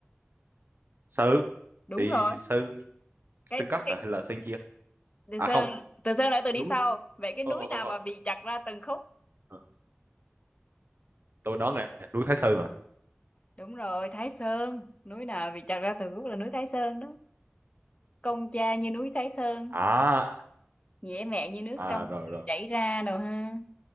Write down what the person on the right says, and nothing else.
sơn
thì
sơn sơn
cắt
à, hay là sơn chia
à
không
núi
không
không không
không.
Ờ, tôi đoán là núi Thái Sơn à
à
à
rồi rồi